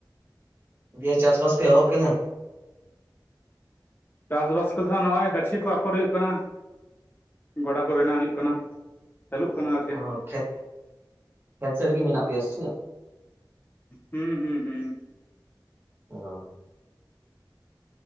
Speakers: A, on the right (about 30°); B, on the left (about 25°).
A: ᱫᱤᱭᱟᱹ ᱪᱟᱥ ᱵᱟᱥ ᱯᱮ ᱮᱦᱚᱜ ᱠᱮᱫᱟ?
B: ᱪᱟᱥ ᱵᱟᱥ ᱠᱚᱫᱚ ᱱᱷᱟᱸᱜ ᱱᱚᱜᱼᱚᱭ ᱜᱟᱹᱪᱷᱤ ᱠᱚ ᱟᱯᱷᱚᱨ ᱦᱩᱭᱩᱜ ᱠᱟᱱᱟ, ᱜᱚᱰᱟ ᱠᱚ ᱵᱮᱱᱟᱣ ᱦᱩᱭᱩᱜ ᱠᱟᱱᱟ᱾ ᱪᱟᱹᱞᱩᱜ ᱠᱟᱱᱟ ᱟᱨ
A: ᱚᱸ ᱠᱷᱮᱛ, ᱠᱷᱮᱛ ᱥᱮᱫ ᱨᱮᱜᱤ ᱢᱮᱱᱟᱜ ᱯᱮᱭᱟ ᱥᱮ ᱪᱮᱫ?
B: ᱩᱸᱦ, ᱦᱩᱸ ᱦᱩᱸ ᱦᱩᱸ᱾
A: ᱚ,